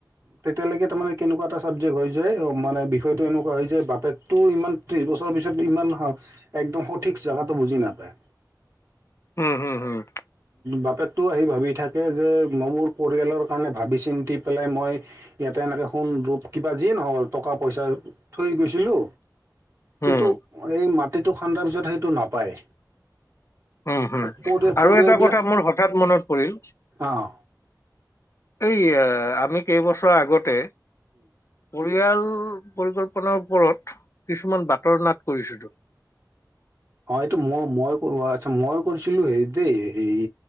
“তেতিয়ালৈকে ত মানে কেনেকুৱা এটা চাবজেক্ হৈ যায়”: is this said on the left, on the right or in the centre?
Right